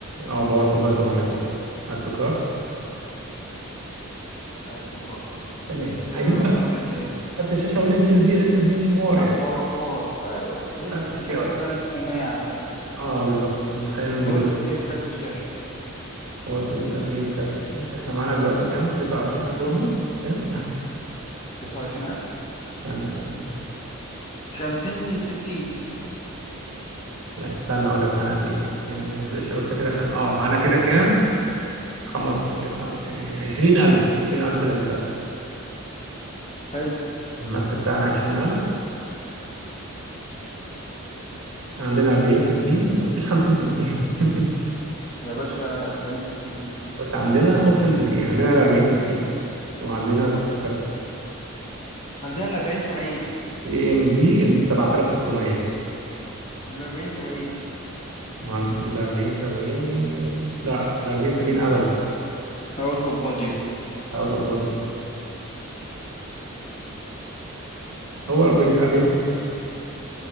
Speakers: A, on the right; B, on the left.
A: اه باور سبلاي 700 واط على التوكارت
B: عدتوا كارت
A: تمام
B: كده
A: عايزين بقى
B: فاضل ايه
A: كارت الشاشه والاس اس دي الاس اس دي مش حوار
B: ده
A: يعني
B: حوار وحوار ايوه
A: <laughs>
B: اس
A: ثلاث
B: اس دي
A: جنيه
B: كده
A: ولا
B: كده 1100 على الجنب
A: اه بالظبط خلينا نجيب
B: فاضل قد ايه لكارت الشاشة
A: الواط ال- قد ايه الكارت الشاشه احنا معانا دلوقتي كام 29000 برضه كده
B: 29000
A: استنى استنى
B: 50 60
A: لا استنى اقول لك معانا قد ايه يعني ما نفرش بس كده عشان اه معانا كده كام خمس إيه، خم... إيه، 20000 20000 للكارت
B: حلو
A: الماكس بتاعنا 20000 عندنا 40 60 مفيش 50 60 <laughs>
B: يا باشا 40 60
A: بس عندنا اوبشنز كتير عندنا ال 40 60 وعندنا في
B: عندنا ال 40 70
A: اي ام دي ال 7600
B: وال 40 70
A: وعند ال 40 70 لا ال 40 70 اغلى
B: اوت اوف بادجت
A: اوت اوف بادجت هو 40 40 60